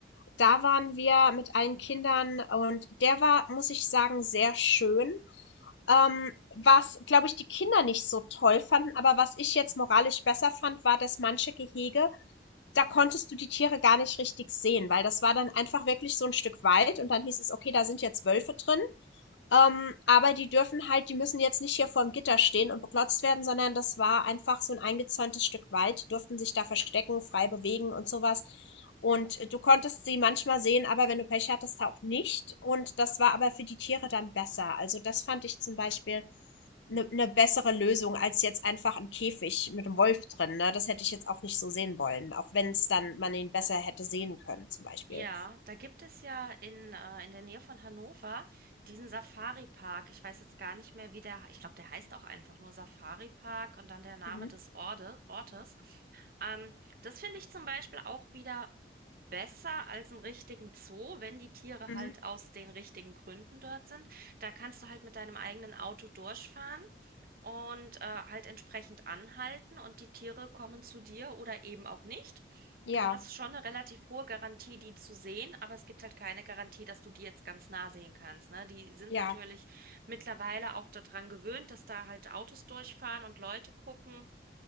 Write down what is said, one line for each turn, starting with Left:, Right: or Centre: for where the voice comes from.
Left: Da waren wir mit allen Kindern und der war, muss ich sagen, sehr schön. Ähm, was, glaube ich, die Kinder nicht so toll fanden, aber was ich jetzt moralisch besser fand, war, dass manche Gehege da konntest du die Tiere gar nicht richtig sehen, weil das war dann einfach wirklich so ein Stück Wald und dann hieß es: „Okay, da sind jetzt Wölfe drin“ ähm, aber die dürfen halt die müssen jetzt nicht hier vorm Gitter stehen und beklotzt werden, sondern das war einfach so ein eingezäuntes Stück Wald. Die durften sich da verstecken, frei bewegen und sowas. was. Und äh, du konntest sie manchmal sehen, aber wenn du Pech hattest, auch nicht. Und das war aber für die Tiere dann besser. Also, das fand ich zum Beispiel eine 'ne bessere Lösung als jetzt einfach 'n Käfig mit 'nem Wolf drin, ne? Das hätte ich jetzt auch nicht so sehen wollen, auch wenn es dann man ihn besser hätte sehen können zum Beispiel.
Right: Ja, da gibt es ja in, äh, in der Nähe von Hannover diesen Safari-Park. Ich weiß jetzt gar nicht mehr, wie der, ich glaube, der heißt auch einfach nur Safari-Park und dann der Name
Left: Mhm,
Right: des Orde, Ortes. Ähm, das finde ich zum Beispiel auch wieder besser als einen richtigen Zoo, wenn die Tiere
Left: mhm.
Right: halt aus den richtigen Gründen dort sind. Da kannst du halt mit deinem eigenen Auto durchfahren und äh, halt entsprechend anhalten und die Tiere kommen zu dir oder eben auch nicht.
Left: Ja,
Right: Du hast schon eine relativ hohe Garantie, die zu sehen, aber es gibt halt keine Garantie, dass du die jetzt ganz nah sehen kannst, ne? Die sind
Left: ja.
Right: natürlich mittlerweile auch daran gewöhnt, dass da halt Autos durchfahren und Leute gucken.